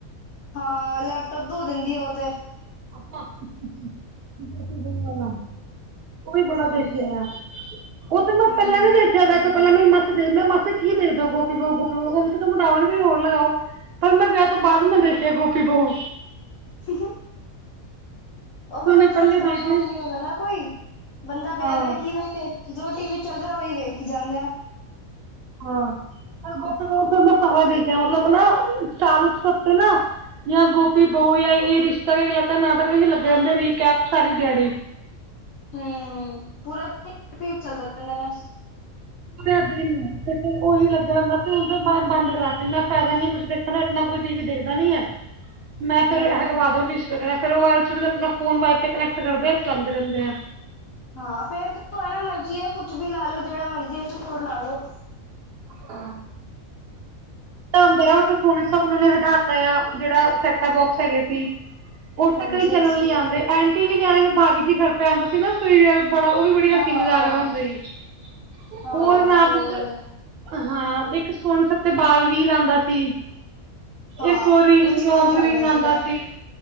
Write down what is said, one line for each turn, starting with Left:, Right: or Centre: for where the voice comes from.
Left: ਹਾਂ ਲੈਪਟੋਪ ਧੋ ਦਿੰਦੀ ਐ ਓ ਤੇ।
Right: <inaudible> ਓ ਵੀ ਬੜਾ
Left: ਹਾਂਜੀ
Right: ਦੇਖਿਆ ਓ ਤੇ ਮੈਂ
Left: ਹੂੰ
Right: ਪਹਿਲਾਂ ਵੀ ਦੇਖਿਆ। ਵਿਆਹ ਤੋਂ ਪਹਿਲਾਂ ਮੇਰੀ ਮਾਸੀ ਦੇ ਮੈਂ ਮਾਸੀ ਕੀ ਦੇਖ ਦੇ ਓ ਗੋਪੀ ਬਹੂ ਗੋਪੀ ਬਹੂ <unintelligible> ਹੋਰ ਲਗਾਓ। ਪਰ ਮੈਂ ਵਿਆਹ ਤੋਂ ਬਾਅਦ ਵੀ ਮੈਂ ਦੇਖਿਆ ਗੋਪੀ ਬਹੂ।
Left: <inaudible> ਓ ਫਿਰ
Right: ਉਹਨੇ
Left: ਓ ਤੋਂ
Right: ਪਹਿਲੇ
Left: ਬਾਦ ਕੰਮ
Right: ਦੇਖੇ
Left: ਵਮ ਨੀ ਹੁੰਦਾ ਨਾ ਕੋਈ ਬੰਦਾ ਪਿਆ
Right: ਹਾਂ
Left: ਪਿਆ ਕੀ ਵੇਖੇ। ਜੋ ਟੀ ਵੀ ਚੱਲ ਰਿਆ ਓਹੀ ਵੇਖੀ ਜਾਂਦੇ।
Right: ਹਾਂ, ਪਰ ਗੋਪੀ ਬਹੂ ਤੇ ਮੈਂ ਸਾਰਾ ਦੇਖਿਆ ਮਤਲਬ ਨਾ ਸਟਾਰ ਉਤਸਵ ਤੇ ਨਾ। ਜਾਂ ਗੋਪੀ ਬਊ ਜਾਂ ਜੇ ਰਿਸ਼ਤਾ ਕਿਆ ਕਹਿਲਾਤਾ ਨਾਟਕ ਲੱਗ ਰਹਿੰਦੇ ਰੀ ਕੈਪ ਸਾਰੀ ਦਿਹਾੜੀ।
Left: ਹੂੰ, ਪੂਰਾ <unintelligible> ਚੱਲਦੇ ਰਹਿੰਦੇ ਨੇ।
Right: ਸਾਰਾ ਦਿਨ ਬਸ ਓਹੀ ਲੱਗਾ ਰਹਿੰਦਾ ਸੀ ਹੁਨ ਤੇ ਬੰਦ ਕਰਾ ਤੇ ਮੈਂ ਫੈਦਾ ਨੀ ਕੁੱਛ ਕਹਿੰਦੇ ਆਪਣਾ ਕੋਈ ਟੀ ਵੀ ਦੇਖਦਾ ਨੀ ਐ ਮੈਂ
Left: ਹੂੰ
Right: ਫਿਰ ਹਟਵਾ ਦੋ। ਡੀਸ਼ ਵਗੈਰਾ ਫਿਰ ਓ ਐਲ ਸੀ ਡੀ ਤੇ ਆਪਣਾ ਫੋਨ ਵਾਈਫਾਈ ਕਨੈਕਟ ਕਰਦੇ ਆ ਚਲਾਂਦੇ ਰਹਿੰਦੇ ਆ।
Left: ਹਾਂ, ਫੇਰ <unintelligible> ਮਰਜੀ ਐ ਕੁੱਛ ਵੀ ਲਾ ਲੋ ਜਿਹੜਾ ਮਰਜੀ ਐਪੀਸੋਡ ਲਾ ਲੋ।
Right: ਹਾਂ।
Left: <inaudible>
Right: ਤਾਂ <unintelligible> ਸੋਨੀ ਸਬ ਉਹ ਨੇ ਹਟਾ ਤਾਂ ਆ ਜਿਹੜਾ ਸੈਟਾ ਬੋਕਸ ਹੈਗੇ ਸੀ। ਓ
Left: ਹਾਂਜੀ
Right: ਤੇ ਕਈ ਚੈਨਲ ਨੀ ਆਂਦੇ ਐਂਟੀ ਵੀ ਨੀ ਆਂ ਭਾਬੀ ਜੀ ਘਰ ਪੇ ਆਂਦਾ ਸੀ ਨਾ <unintelligible> ਬੜਾ ਓ ਵੀ ਬੜਾ
Left: ਹਾਂ
Right: ਹਸੀ ਮਜ਼ਾਕ ਆਲਾ ਹੁੰਦਾ ਸੀ ਓ
Left: ਹਾਂ
Right: ਰਾਤ
Left: ਉਹ
Right: ਨੂੰ,
Left: ਵਾਲਾ
Right: ਹਾਂ, ਇੱਕ ਸੋਨੀ ਸਬ ਤੇ ਬਾਲ ਵੀਰ ਆਂਦਾ ਸੀ।
Left: ਹਾਂ
Right: ਇੱਕ ਓ ਰਿੰਗ
Left: ਬਚਪਨ
Right: ਰੋਂਗ
Left: ਚ
Right: ਰਿੰਗ ਆਂਦਾ
Left: ਸੀਗਾ
Right: ਸੀ।